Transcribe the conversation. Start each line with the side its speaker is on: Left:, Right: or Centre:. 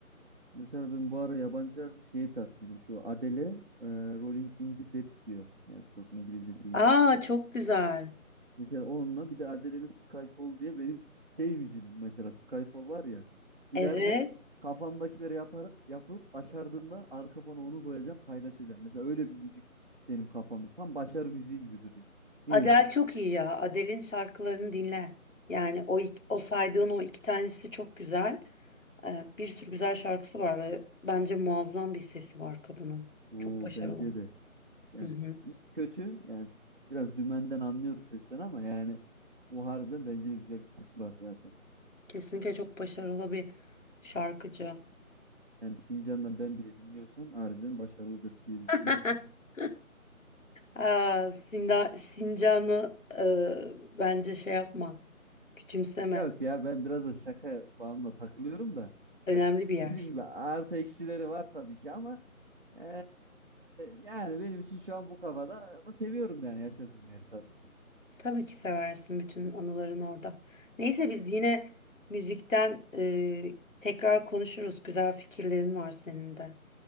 Right: Mesela ben bu ara yabancılarda şeyi taklidim. Şu Adele e, Rolling in the Deep diyor. Yani çok İngilizce şeyim
Left: Aa
Right: yok ama.
Left: çok güzel.
Right: Mesela onunla bir de Adele'nin Skyfall diye benim şey müziğim mesela Skyfall var ya. İleride
Left: Evet.
Right: kafamdakileri yapar, yapıp başardığımda arka fona onu koyacağım paylaşacağım. Mesela öyle bir müzik benim kafamda. Tam başarı müziği gibi duruyor. Niyeyse.
Left: Adele çok iyi ya. Adele'in şarkılarını dinle. Yani o ik- o saydığın o iki tanesi çok güzel. Ee, bir sürü güzel şarkısı var ve bence muazzam bir sesi var kadının.
Right: O
Left: Çok başarılı.
Right: bence de. Yani
Left: Hı hı.
Right: iyi kötü yani biraz dümenden anlıyoruz sesten ama yani bu harbiden bence de güzel bir sesi var zaten.
Left: Kesinlikle çok başarılı bir şarkıcı.
Right: Yani Sincan'dan ben bile dinliyorsam harbiden başarılıdır diye düşünüyorum.
Left: <laughs> Aa, Sinda, Sincan'ı e, bence şey yapma. Küçümseme.
Right: <laughs> Yok ya ben biraz da şaka bağımla takılıyorum da.
Left: Önemli
Right: Ya
Left: bir yer.
Right: dediğim gibi artı eksileri var tabii ki ama eee, yani benim için şu an bu kafada ama seviyorum da yani yaşadığım yeri tabii ki.
Left: Tabii ki seversin bütün anıların orada. Neyse biz yine müzikten e, tekrar konuşuruz. Güzel fikirlerin var senin de.